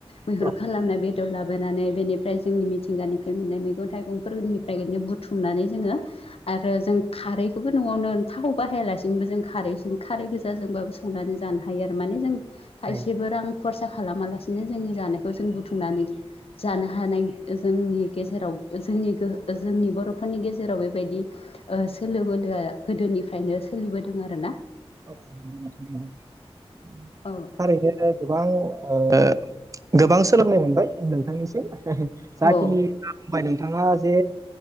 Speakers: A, on the left (about 65°); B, on the right (about 30°).
A: मैहुर
B: औ
A: खालामनाय बे लाबोनानै बेनिफ्राय जोंनि मिथिंगानिफ्राय मोननाय मैगं थाइगंफोरनिफ्राय बिदिनो बुथुमनानै जोङो आरो जों खारै खौबो न'आवनो थाव बाहायालासिनोबो जों खारैजों खारै गोजाजोंबाबो संनानै जानो हायो आरो माने जों थायसेबो
B: हायो
A: रां खरसा खालामालासिनो जोंनि जानायखौ जों बुथुमनानै जानो हानाय जोंनि गेजेराव जोंनि गोहो जोंनि बर'फोरनि गेजेराव बेबायदि ओ सोलो बोलोआ गोदोनिफ्रायनो सोलिबोदों आरो ना
B: <unintelligible>
A: औ
B: थारैनो गोबां ओ गोबां सोलोंनो मोनबाय नोंथांनिसिम <unintelligible> जाखिनि
A: औ
B: बुंबाय नोंथाङा जे